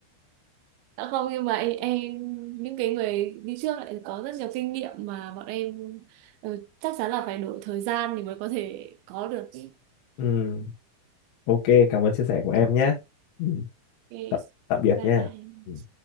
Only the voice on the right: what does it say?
Dạ không nhưng mà em, em những cái người đi trước lại có rất nhiều kinh nghiệm mà bọn em ừ, chắc chắn là phải đổi thời gian thì mới có thể có được. cái
Okay.
Bye
bye.